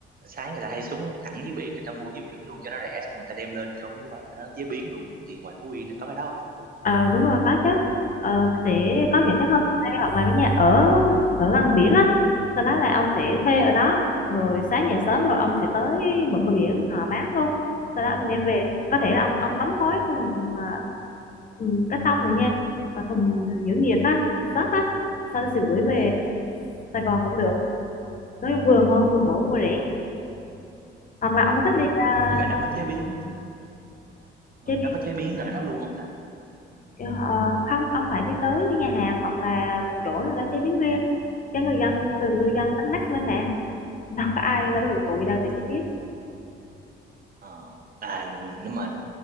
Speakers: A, on the right (about 45°); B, on the left (about 40°).
A: sáng người ta hay xuống thẳng dưới biển người ta mua dưới biển luôn cho nó rẻ xong người ta đem lên cho mấy quán đó chế biến luôn thì ngoài Phú Yên nó có cái đó
B: Ờ, đúng rồi có chứ Ờ, sẽ có những cái
A: ừ
B: homestay hoặc là cái nhà ở ở gần biển á sau đó là ông sẽ thuê ở đó rồi sáng dậy sớm rồi ông sẽ tới bờ bờ biển họ bán luôn sau đó ông đem về có thể là ông ông đóng gói thùng à, thùng cắt tông rồi nha hoặc là thùng giữ nhiệt á shop á sau đó sẽ gửi về
A: ừ
B: Sài Gòn cũng được nói chung vừa ngon vừa bổ vừa rẻ hoặc là ông có thích
A: ừ
B: đi à,
A: nhưng mà nó có chế biến ờ,
B: à,
A: nó có chế biến ở đó luôn không ta
B: Ờ, không ông phải đi tới nhà hàng hoặc là một chỗ rồi đó chế biến riêng cho người dân từ người
A: ờ
B: dân đánh bắt lên mà đâu có ai đâu có dụng cụ gì đâu để
A: ừ.
B: chế biến
A: Ờ. à nhưng mà